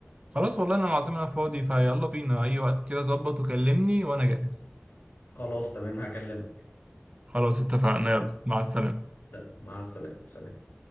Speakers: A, on the right (about 30°); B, on the left (about 75°).
A: خلاص والله أنا العظيم أنا فاضي فيلا بينا أي وقت كده ظبط وكلمني وأنا جاهز
B: خلاص تمام هكلمك
A: خلاص اتفقنا يلا مع السلامة
B: طب، مع السلامة سلام